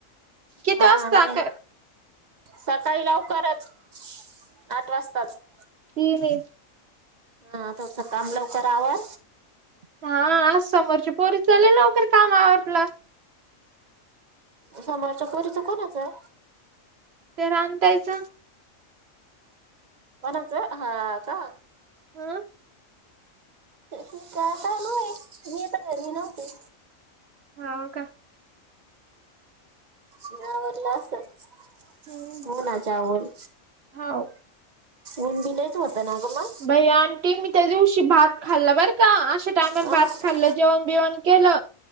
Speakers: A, on the right; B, on the right.
A: किती
B: हा
A: वाजता
B: नाही
A: कर
B: सकाळी लवकरचचं आठ वाजताचं.
A: इन इन.
B: हा तुमचं काम लवकर आवर.
A: हा आज समोरची पोरीचं लय लवकर काम आवरलं.
B: समोरच्या पोरीचं कोणाचं?
A: ते राण ताईच.
B: कोणाचं, हा का?
A: हा.
B: चालू हाय, मी आता घरी नव्हती.
A: हा का.
B: मळावरला असत
A: हम्म
B: हो ना वल.
A: हो.
B: ऊन बि लइच होत ना ग मग.
A: बाई आणंटी मी त्या दिवशी भात खाल्ला बरं का? अशा टायमर
B: मग हा
A: भात खाल्लं जेवण. जेवण केलं.